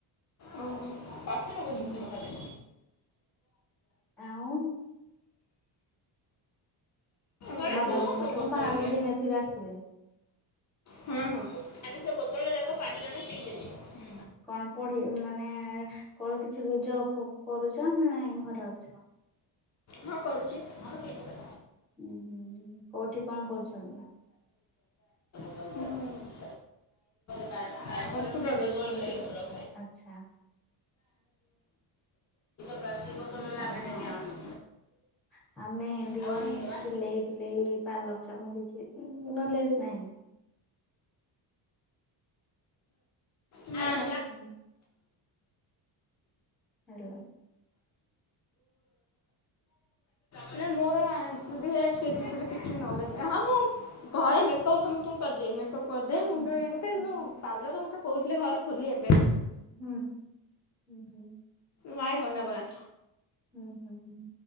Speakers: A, on the left; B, in the centre.
A: ଓହୋ। ପାତି ନଗଦ
B: ହୁଁ।
A: ଦେଉଥିଲା ଖାଲି
B: ଆଉ
A: କାଳେ
B: ବାବା
A: ପିଉନୁ
B: ମାମା ତମ
A: ବୋତଲରେ
B: ବାହାଘର ଦିନେ ଥିବେ ଆସିବେ
A: ହଁ ହଁ ଆବେ ସେ ବୋତଲରେ ଯାକ ପାଣି ଜଣ ପିଇଲେ ଯାଇକି
B: ଆଉ କଣ ପଢି ମାନେ କଣ କି କିଛି ଯବ କରୁଚ ନାଇଁ ଘରେ ଅଛ?
A: ହଁ କରୁଚି <inaudible>
B: ହୁଁ ହୁଁ କୋଉଠି କଣ କରୁଛନ୍ତି?
A: ହୁଁ, କମ୍ପୁଟର <inaudible>
B: ଆଛା।
A: ପ୍ଲାଷ୍ଟିକ ବୋତଲ
B: ଉଁ ହଉ
A: ଆମେ ଡେଲି
B: ଆଉ
A: ଆଣୁ
B: ଆମେ ହିନ୍ତି
A: ଆଉ ଆଣିଲୁ ବା
B: ସିଲେଇ ଫିଲେଇ ତା ଲଖନ କିଛି ନଲେଜ ନାହିଁ।
A: ନାଁ ଅଁ ନାଁ।
B: ହୁଁ, ହାଲୋ।
A: ହେରା ମୋର ଏସବୁ ବିଷୟରେ କିଛି ନଲେଜ ନାହିଁ ହଁ ମୁଁ ଘରେ ମେକଅପ୍ ସମସ୍ତଙ୍କୁ କରିଦିଏ ମେକଅପ୍ କରିଦିଏ ମୁଣ୍ଡ
B: ହୁଁ ହୁଁ
A: ଇଏ କରଦିଏ କିନ୍ତୁ ପାର୍ଲର ମତେ କହୁଥିଲେ ଘରେ ଖୋଲିବାକୁ।
B: ହୁଁ ହୁଁ ହୁଁ,
A: ଭାଇ ମନା କଲା।
B: ହୁଁ ହୁଁ ହୁଁ,